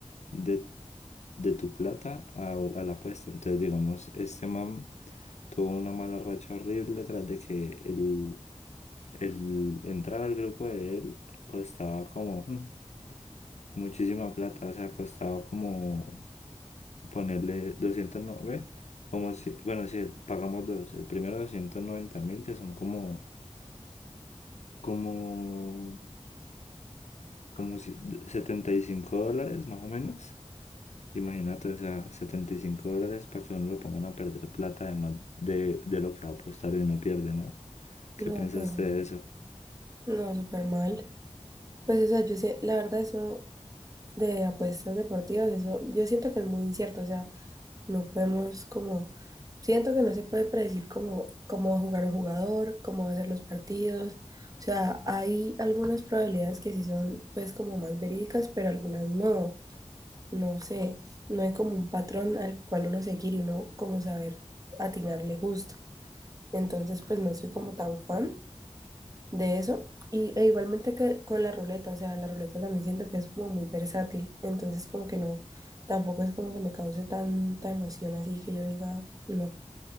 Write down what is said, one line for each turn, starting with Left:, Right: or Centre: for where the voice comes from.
Left: de, de tu plata a, a la apuesta. Entonces, digamos, este man tuvo una mala racha horrible tras de que el, el entrar al grupo de él costaba como mm, muchísima plata, o sea, costaba como ponerle 209, como si, bueno, si pagamos dos, el primero doscientos noventa mil, que son como, como, como si, 75 dólares más o menos. Imagínate, o sea, 75 dólares para que uno lo pongan a perder plata, además de, de lo que va a apostar y no pierde, ¿no? ¿Qué
Right: no,
Left: pensaste
Right: pues obvio.
Left: de eso?
Right: no, súper mal. Pues o sea, yo sí- la verdad eso de apuestas deportivas, eso yo siento que es muy incierto, o sea, no podemos como, siento que no se puede predecir cómo, cómo va a jugar un jugador, cómo va a ser los partidos. O sea, hay algunas probabilidades que sí son pues como más verídicas, pero algunas no. No sé, no hay como un patrón al cual uno seguir y uno como saber atinarle justo. Entonces, pues no soy como tan fan de eso. Y e igualmente que con la ruleta, o sea, la ruleta también siento que es como muy versátil. Entonces, como que no, tampoco es como que me cause tanta emoción así que yo diga, no.